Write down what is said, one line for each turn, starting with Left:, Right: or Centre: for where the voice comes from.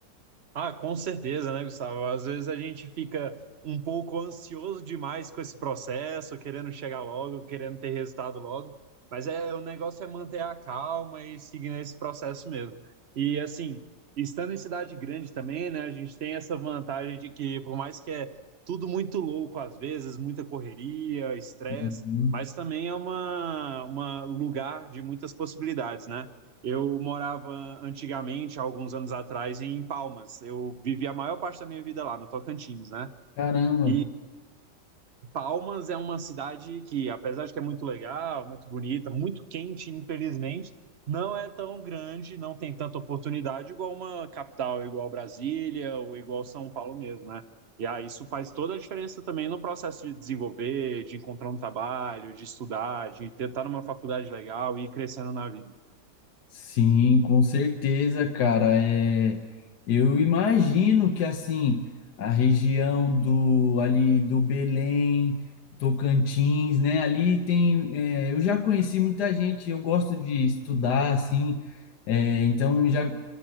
Right: Ah, com certeza, né, Gustavo? Às vezes a gente fica um pouco ansioso demais com esse processo, querendo chegar logo, querendo ter resultado logo, mas é o negócio é manter a calma e seguir nesse processo mesmo. E assim, estando em cidade grande também, né, a gente tem essa vantagem de que por mais que é tudo muito louco às vezes, muita correria, estresse,
Left: Uhum.
Right: mas também é uma uma lugar de muitas possibilidades, né? Eu morava antigamente, há alguns anos atrás, em Palmas. Eu vivi a maior parte da minha vida lá, no Tocantins, né?
Left: Caramba!
Right: E Palmas é uma cidade que, apesar de que é muito legal, muito bonita, muito quente, infelizmente, não é tão grande, não tem tanta oportunidade igual uma capital, igual Brasília ou igual São Paulo mesmo, né? E aí isso faz toda a diferença também no processo de desenvolver, de encontrar um trabalho, de estudar, de tentar numa faculdade legal e ir crescendo na vida.
Left: Sim, com certeza, cara. É, eu imagino que assim a região do ali do Belém, Tocantins, né? Ali tem, é, eu já conheci muita gente. Eu gosto de estudar, assim. é, então já